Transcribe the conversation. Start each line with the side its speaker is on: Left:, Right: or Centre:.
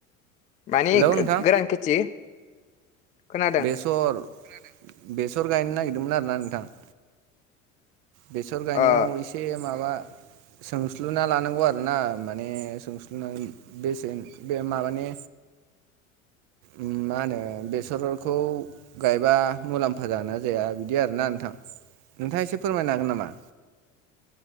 Left: माने
Right: हेलौ
Left: गोरान
Right: नोंथां
Left: खिथि खोना
Right: बेसर बेसर गायनो नागिरदोंमोन आरोना नोंथां बेसर गायनायाव
Left: ओ
Right: एसे माबा सोंस्लुना लानांगौ आरोना माने सोंस्लुना बेसे बे माबानि उ मा होनो बेसरखौ गायबा मुलाम्फा जागोनना जाया बिदि आरोना नोंथां नोंथाङा एसे फोरमायनो हागोन नामा